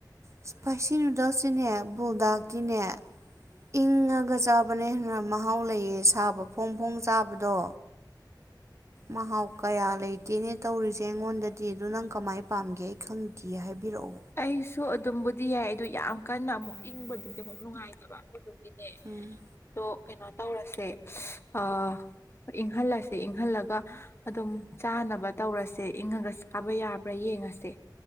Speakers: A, on the right; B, on the left.
A: ꯏꯁꯄꯥꯏꯁꯤ ꯅꯨꯗꯜꯁꯇꯤꯅꯦ ꯕꯨꯜꯗꯥꯛꯇꯤꯅꯦ ꯏꯪꯉꯒ ꯆꯥ ꯕꯅ ꯍꯦꯟꯅ ꯃꯍꯥꯎ ꯂꯩꯌꯦ ꯁꯥꯕ ꯐꯣꯡ ꯐꯣꯡ ꯆꯥꯕꯗꯣ ꯃꯍꯥꯎ ꯀꯌꯥ ꯂꯩꯇꯦꯅꯦ ꯇꯧꯔꯤꯖꯦ ꯑꯩꯉꯣꯟꯗꯗꯤ ꯑꯗꯨ ꯅꯪ ꯀꯃꯥꯏ ꯄꯥꯝꯒꯦ ꯑꯩ ꯈꯪꯗꯤꯌꯦ ꯍꯥꯏꯕꯤꯔꯛꯑꯣ
B: ꯑꯩꯁꯨ ꯑꯗꯨꯝꯕꯨꯗꯤ ꯌꯥꯏ ꯑꯗꯨ ꯌꯥꯝ ꯀꯟꯅ ꯑꯃꯨꯛ ꯏꯪꯕꯗꯨꯗꯤ ꯑꯃꯨꯛ ꯅꯨꯡꯉꯥꯏꯇꯕ ꯑꯗꯨꯗꯨꯒꯤ
A: ꯎꯝ
B: ꯑꯗꯣ ꯀꯩꯅꯣ ꯇꯧꯔꯁꯦ ꯑꯥ ꯏꯪꯍꯜꯂꯁꯦ ꯏꯪꯍꯜꯂꯒ ꯑꯗꯨꯝ ꯆꯥꯅꯕ ꯇꯧꯔꯁꯦ ꯏꯪꯉꯒ ꯆꯥꯕ ꯌꯥꯕ꯭ꯔꯥ ꯌꯦꯡꯉꯁꯦ